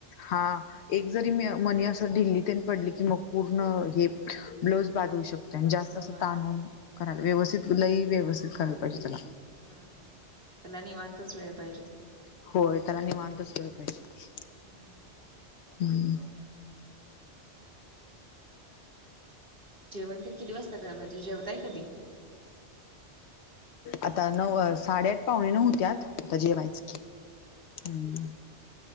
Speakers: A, on the left; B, on the right.
A: हां. एक जरी मनी असं ढिल्ली तेन पडली की मग पूर्ण, हे ब्लाऊज बांध होऊ शकत. जास्त
B: होय
A: असं ताणून करायला, लई व्यवस्थित, लई व्यवस्थित करायला पाहिजे त्येला.
B: हा, हा त्याला निवांतच वेळ पाहिजे.
A: होय, त्याला निवांतच वेळ पाहिजे.
B: <inaudible>
A: हम्म.
B: जेवण तेन किती वाजता घरामधी, म्हणजे जेवताय कधी?
A: आता नऊ, साडेआठ- पाहणे नऊ हुत्यात, आता जेवायचं
B: हा हा
A: की,
B: हा
A: हम्म.
B: हा